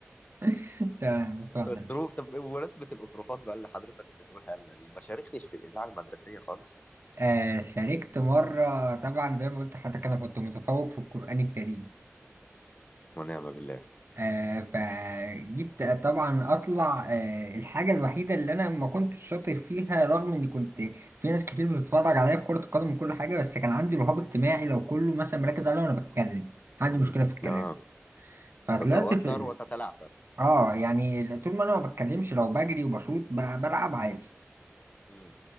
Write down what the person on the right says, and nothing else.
<laughs> تمام اتفضل
انت.
آه شاركت مرة طبعا زي ما قلت لحضرتك أنا كنت متفوق في القرآن الكريم
آه فجيت طبعا أطلع آه الحاجة الوحيدة اللي أنا ما كنتش شاطر فيها رغم إني كنت في ناس كتير بتتفرج عليا في كرة القدم وكل حاجة بس كان عندي رهاب اجتماعي لو كله مثلا مركز عليا وأنا بتكلم عندي
مشكلة في الكلام
فطلعت
في ال...
آه يعني طول ما أنا ما بتكلمش لو بجري وبشوط ب- بلعب عادي